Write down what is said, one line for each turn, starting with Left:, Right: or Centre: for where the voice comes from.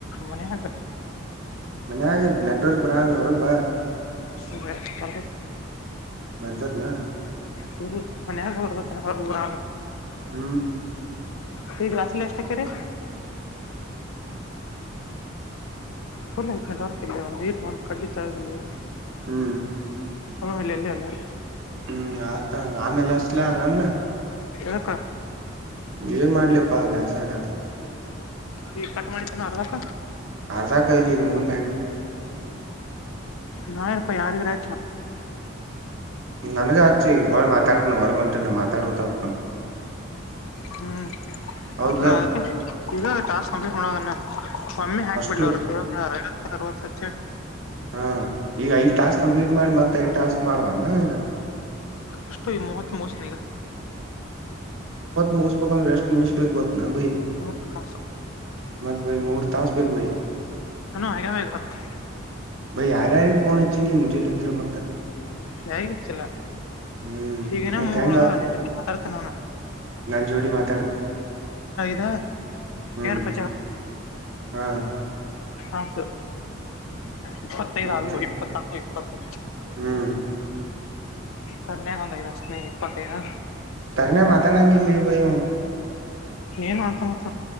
Left: ಮನೆ ಹಾಕ
Right: ಮನ್ಗ ನೆಟ್ವರ್ಕ್ ಬ್ರಾಾಣಲ್ ಹೊರ ಬಾ
Left: ಸ ಪರ್ತ
Right: ಬರ್ತತ್ನ
Left: ಹಲ್ ಮನರ್ ಹೊರಊರ
Right: ಹ್ಮ್
Left: ಹಗ್ಲಾಸ್ ಲಷ್ಟಟಕರೆ ಫುಲ್ ಐತ್ನಟರ ಇಲ್ಲ ಅ ಒಂದು ವಟ ಒಂದು ಕಂಡಿತ ಆಲ್ಲ
Right: ಹ್ಮ್
Left: ಇಲ್ಲ ಇಲ್ಲಿ ಅಲ್ಲಲ್ಲ
Right: ಹ್ಮ್ ಆತಂಗ ಆಮೇಲೆ ಅಸ್ಲ ಹಂಗ
Left: ಹಕ್ಕ
Right: ಏನ್ ಮಾಡ್ಲಿಪ್ಪಾ ಬ್ಯಾಸರ್ಕ ಆತತ್
Left: ಈ ಕಟ ಮಾಡಣಿ ತ ನಾರದಕ
Right: ಅರ್ಧ ಕಲಿ ಮುಗು ಮ್ಯ
Left: ನಾಪ್ಪ ಯಾರಿಗೆರಾ
Right: ನನಗೆಚೋ ಹಳ ಮಾತಾಡತ ನು ಹೊರಘಂಟು ಮಾತಾಡವ ತ ಹಕ್ಕೊಂಡು
Left: ಹ್ಮ್
Right: ಹೌದ್ಲ
Left: ನ ಅ ಈಗ ತಾಸ ಸಂಪಟ್ನ್ನ ಕಮ್ಮಿ ಹಾಕಬಿಡಲಿ
Right: ಅಷ್ಟು
Left: ಅವರ ಐವತ್ತು ಅರವತ್ತುಚ್ಚ
Right: ಹಾ ಈಗ ಐದ್ ಟಾಸ್ಕ್ ಕಂಪ್ಲೀಟ್ ಮಾಡಿ ಮತ್ತತ್ ಐದ್ ಟಾಸ್ಕ್ ಮಾಡವಾನ ಈಗ
Left: ಅಷ್ಟೋ ಈ ಮಹತ್ ಮೋಸ್ನಗ
Right: ಮೂಸಕ ರೆಸ್ಟ್ ನಿಮಿಷ ಭಗ್ಗತ್ತು ನ ಭೈ
Left: ಮೂವತ್ತು ತಾಸು
Right: ಮತ್ ಬೈ ಮೂರ್ ತಾಸ್ ಬೇಕ್ ಬೈ
Left: ನಾನು ಆಗ್ಯಾವ ಈಗ ಹತ್ತು
Right: ಬೈ ಯಾರು ಯಾರಿಗೆ ಫೋನ್ ಹಚ್ಚಿ ಮುಜೆ ಲಂತ್ರ್ ಮತ್ತ
Left: ಯಾರಿಗೆ ಚಲ್ಲ
Right: ಹ್ಮ್
Left: ಈಗಿನ
Right: ಮತ್
Left: ಮೂರ್ಳ
Right: ಹೆಂಗ
Left: ನಿ ಜೊತೆ ಮಾತಾಡ್ತೇನ ನಾನ
Right: ನನ್ ಜೋಡಿ ಮಾತಾಡ
Left: ಗ
Right: ಹ್ಮ್
Left: ಪ
Right: ಹಾ
Left: ಆತು ಇಪ್ಪತ್ತದು
Right: ಮತ್ತ
Left: ಇಪ್ಪತ್ತ ಇಪ್ಪತ್ತು
Right: ಹ್ಮ್
Left: ಕರ್ನ್ಯಕ ಒಂದಗಿದ ಸ್ನೇ ಇಪ್ಪತ್ತೖದ
Right: ನನೇ ಮಾತಾಡಂಗಲ್ಲಿ ಭಯ
Left: ಏನುತ ಆತ